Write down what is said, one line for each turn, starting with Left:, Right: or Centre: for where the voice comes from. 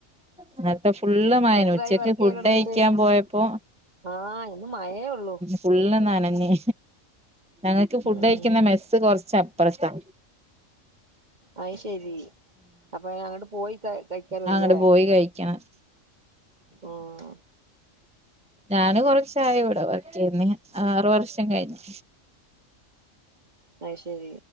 Centre: ഇന്നല്ത്തെ ഫുള്ള് മഴെനി
Right: എത്രായി
Centre: ഉച്ചക്ക്
Right: വർക്ക്
Centre: ഫുഡ്
Right: ചെയ്യല് തൊടങ്ങീട്ട്
Centre: കഴിക്കാൻ പോയപ്പോ
Right: ആഹ് ഇന്ന് മഴേ ഉള്ളൂ
Centre: ഫുള്ള് നനഞ്ഞ് ഞങ്ങക്ക് ഫുഡ്
Right: ഉം
Centre: കഴിക്കുന്ന മെസ്സ് കൊറച്ച അപ്പുറത്താ
Right: അയ് ശരി അപ്പൊ അങ്ങോട്ട് പോയിക കഴിക്കണല്ലോ
Centre: അങ്ങട്
Right: ല്ലേ
Centre: പോയി കഴിക്കണം
Right: ആഹ്
Centre: ഞാന് കൊറച്ചായി ഇവിടെ വർക്ക് ചെയ്യുന്നെ ആറു വർഷം കഴിഞ്ഞ്
Right: അയ് ശരി